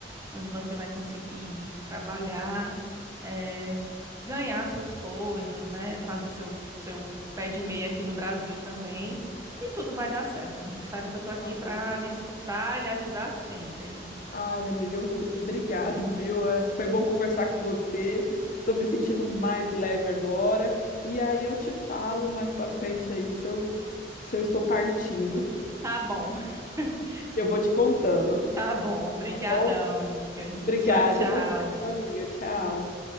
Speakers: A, on the right; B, on the left.
A: onde você vai conseguir ir trabalhar, eh, ganhar suas coisas, né? Fazer seu, seu pé de meia aqui no Brasil também. E tudo vai dar certo, amiga. Sabe que eu tô aqui
B: ai.
A: para lhe escutar e lhe ajudar sempre.
B: Ai, amiga, eu- obrigado, viu? É, Foi bom conversar com você. Tô me sentindo mais leve agora. E aí eu te falo mais pra frente aí se eu, se eu estou partindo.
A: Tá bom. <laughs>
B: Eu vou te contando,
A: Tá bom. Obrigadão,
B: tá bom?
A: amiga.
B: Obrigada
A: Tchau, tchau.
B: você, viu, amiga. Tchau.